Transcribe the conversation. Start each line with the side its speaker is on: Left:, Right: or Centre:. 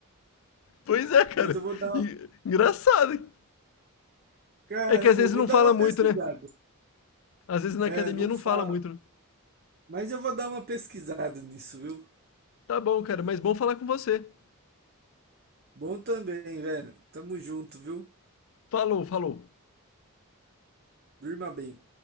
Left: Pois é, cara.
Right: Mas eu vou dar uma...
Left: E- Engraçado. hein?
Right: Caramba,
Left: É que às vezes
Right: eu vou
Left: não
Right: dar
Left: fala
Right: uma
Left: muito,
Right: pesquisada.
Left: né? Às vezes na
Right: É,
Left: academia
Right: não
Left: não
Right: fala.
Left: fala muito. né?
Right: Mas eu vou dar uma pesquisada nisso, viu?
Left: Tá bom, cara, mas bom falar com você.
Right: Bom também, velho. Tamo junto, viu?
Left: Falou, falou.
Right: Durma bem.